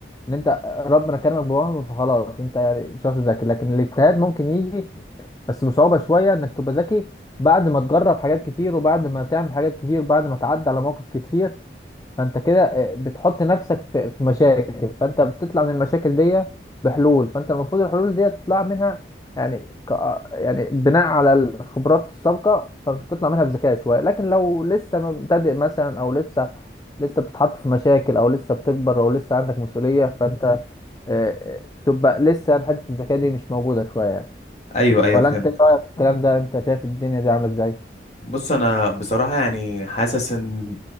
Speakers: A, on the left; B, on the left.
A: ان انت ربنا كرمك بموهبه فخلاص انت يعني شخص ذكي لكن الاجتهاد ممكن يجي بس بصعوبه شويه انك تبقى ذكي بعد ما تجرب حاجات كتير وبعد ما تعمل حاجات كتير وبعد ما تعدي على مواقف كتير فانت كده آه، بتحط نفسك في في مشاكل فانت بتطلع من المشاكل دي بحلول فانت المفروض الحلول دي تطلع منها يعني ك... آه، يعني بناء على الخبرات السابقه فبتطلع منها بذكاء شويه لكن لو لسه مبتدئ مثلا او لسه لسه بتتحط في مشاكل او لسه بتكبر او لسه عندك مسؤوليه فانت آه، آه، بتبقى لسه يعني حته الذكاء دي مش موجوده شويه يعني.
B: ايوه ايوه
A: ولا
B: فهمت
A: انت ايه رايك في الكلام ده انت شايف الدنيا دي عامله ازاي
B: بص انا بصراحة يعني حاسس ان